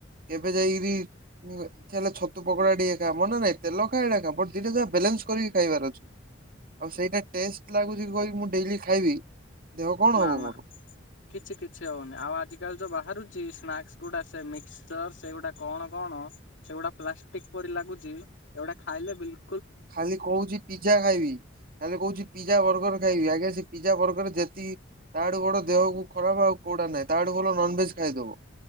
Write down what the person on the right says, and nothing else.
କେବେ ଯାଇକିରି ହେଲେ ଇଚ୍ଛା ହେଲେ ଛତୁ ପକୋଡା ଟିକେ ଖା ମନା ନାଇଁ ତେଲ ଖାଟା ଦିଟେ ଯାହା ବେ ଲାନ୍ସ କରିକି ଖାଇବାର ଅଛି ଆଉ ସେଇଟା ଟେଷ୍ଟ ଲାଗୁଚି କହିଁକି ମୁ ଡେଲି ଖାଇବି ଦେହ କଣ
ହବ
ମୋର
ଖାଲି କହୁଛି ପିଜା ଖାଇବି। ଖାଲି କହୁଛି ପିଜା ବର୍ଗର ଖାଇବି ଆଜ୍ଞା ସେ ପିଜା ବର୍ଗର ଯେତିକି ତାଡୁ ବଡ ଦେହକୁ ଖରାପ ଆଉ କଉଟା ନାହିଁ ତାହାଡୁ ଭଲ ନନଭେଜ୍ ଖାଇଦବ।